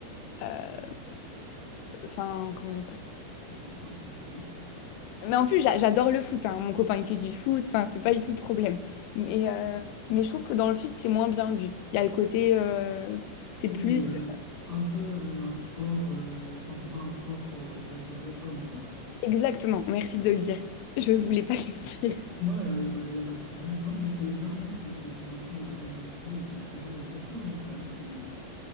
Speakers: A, on the left; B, on the left.
A: euh, Enfin, comment dire?
B: Attention à ce que tu dis.
A: Mais en plus, j'a- j'adore le foot, hein. Mon copain, il fait du foot, enfin, c'est pas du tout le problème. Mais, euh, mais je trouve que dans le Sud, c'est moins bien vu. Il y a le côté... euh, C'est
B: Oui,
A: plus...
B: euh, un peu un, un sport, euh, enfin, c'est pas un sport pour, euh, pour de vrais hommes, quoi.
A: Exactement, merci
B: Ouais.
A: de le dire. Je
B: Je-
A: voulais pas le dire.
B: <laughs> Non, il n'y a, y a pas, y a pas de problème. Non, mais c'est, j'ai un oncle qui habite dans le sud et qui est fan de rugby et qui a toujours, euh, qui a toujours dit ça, que,